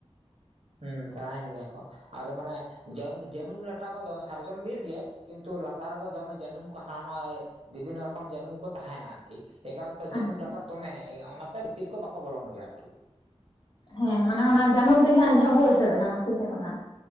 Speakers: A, on the right; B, on the left.
A: ᱦᱩᱸ ᱛᱟᱦᱮᱱ ᱜᱮᱭᱟ ᱠᱚ ᱾ ᱟᱨ ᱢᱟᱱᱮ ᱡᱟᱹᱱᱩᱢ ᱞᱮᱴᱟ ᱠᱚ ᱥᱟᱨᱡᱚᱢ ᱵᱤᱨ ᱜᱮ ᱠᱤᱱᱛᱩ ᱞᱟᱛᱟᱨ ᱨᱮᱫᱚ ᱫᱚᱢᱮ ᱡᱟᱹᱱᱩᱢ ᱦᱟᱱᱟ ᱱᱚ ᱵᱤᱵᱷᱤᱱᱱᱚ ᱨᱚᱠᱚᱢ ᱡᱟᱹᱱᱩᱢ ᱠᱚ ᱛᱟᱦᱮᱱᱟ ᱟᱨᱠᱤ᱾ ᱟᱨᱠᱤ ᱮ ᱠᱟᱨᱚᱱ ᱛᱮ ᱡᱟᱹᱱᱩᱢ
B: ᱟᱪᱪᱷᱟ
A: ᱞᱟᱴᱟ ᱫᱚᱢᱮ ᱚᱱᱟᱛᱮ ᱵᱷᱤᱛᱤᱨ ᱠᱚ ᱵᱟᱠᱚ ᱵᱚᱞᱚᱱ ᱜᱮᱭᱟ ᱟᱨᱠᱤ᱾
B: ᱦᱮᱸ ᱢᱟᱱᱮ ᱚᱱᱟ ᱡᱟᱹᱱᱩᱢ ᱛᱮᱜᱮ ᱦᱟᱸᱜ ᱡᱷᱟᱵᱚ ᱮᱥᱮᱫ ᱟᱠᱟᱱᱟ ᱥᱮ ᱪᱮᱫ ᱞᱮᱠᱟ?